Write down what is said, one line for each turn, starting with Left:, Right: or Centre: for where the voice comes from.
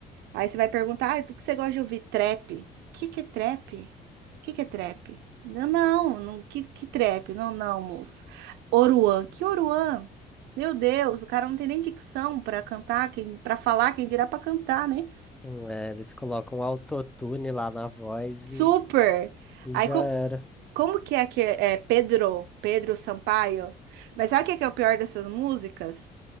Right: Aí você vai perguntar, ah, o que você gosta de ouvir? Trap. O que que é trap? O que que é trap? Não, não, não, que, que trap? Não, não, moça. Oruan. Que Oruan? Meu Deus, o cara não tem nem dicção para cantar, quem, para falar, quem dirá para cantar, né?
Centre: Hum, é, eles colocam autotune lá na voz
Right: Super.
Centre: e, e
Right: Aí
Centre: já
Right: co-
Centre: era.
Right: como que é que é, é Pedro, Pedro Sampaio? Mas sabe o que que é o pior dessas músicas?